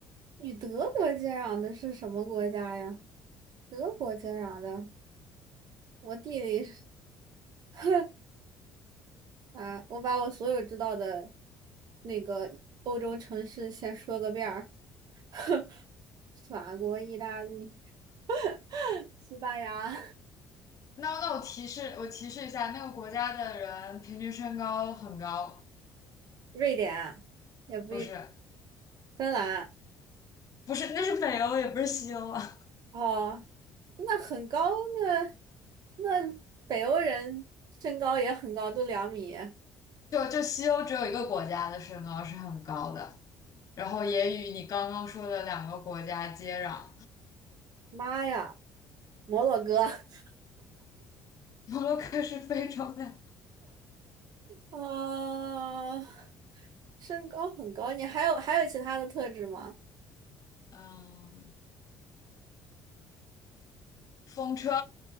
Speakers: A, on the right; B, on the left.
A: 与德国接壤的是什么国家呀？德国接壤的，我地理是 <laughs> 啊，我把我所有知道的那个欧洲城市先说个遍儿：<laughs> 法国、意大利、<laughs> 西班牙、
B: 那那我提示，我提示一下，那个国家的人平均身高很高，
A: <laughs> 瑞典，也不一
B: 不是。
A: 芬兰。
B: 不是，那是北欧，也不是西欧啊。
A: 哦，那很高，那那北欧人身高也很高，都两米。
B: <laughs> 就就西欧只有一个国家的身高是很高的，然后也与你刚刚说的两个国家接壤。
A: 妈呀，摩洛哥。<laughs>
B: <laughs> 摩洛哥是非洲的，
A: 啊，身高很高，你还有还有其他的特质吗？
B: 嗯，风车，